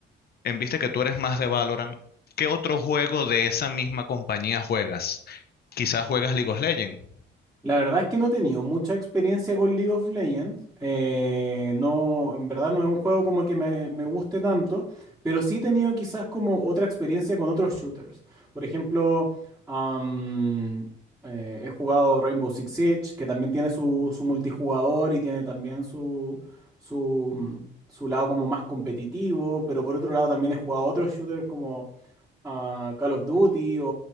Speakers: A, on the left; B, in the centre.
A: en viste que tú eres más de Valorant, ¿qué otro juego de esa misma compañía juegas? Quizás juegas League of Legends.
B: La verdad es que no he tenido mucha experiencia con League of Legends. eh, no, en verdad no es un juego como que me, me guste tanto, pero sí he tenido quizás como otra experiencia con otros shooters. Por ejemplo, am, eh, he jugado Rainbow Six Siege, que también tiene su, su multijugador y tiene también su, su, mm, su lado como más competitivo, pero por otro lado también he jugado otros shooters a Call of Duty o,